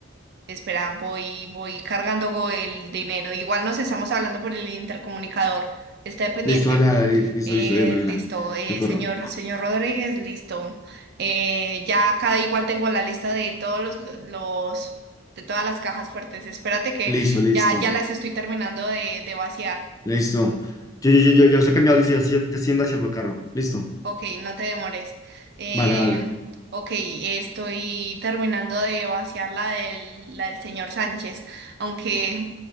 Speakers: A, on the right (about 55°); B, on the left (about 15°).
A: espera, voy, voy cargando go- el dinero. Igual nos estamos hablando por el intercomunicador. Está pendiente.
B: Listo, dale, dale, li- listo,
A: Eh,
B: listo, de una, de
A: listo,
B: una.
A: eh,
B: Yo corro.
A: señor, señor Rodríguez, listo. Eh, ya cada igual tengo la lista de todos los, los, de todas las cajas fuertes. Espérate que
B: Listo, listo,
A: ya, ya las estoy terminando de, de vaciar.
B: listo. Yo, yo, yo, yo, yo, se he cambiado, listo, ya, ya, ya estoy en hacia el carro. Listo.
A: Ok, no te demores. Eh,
B: Vale, vale.
A: ok, estoy terminando de vaciar la del, la del señor Sánchez, aunque,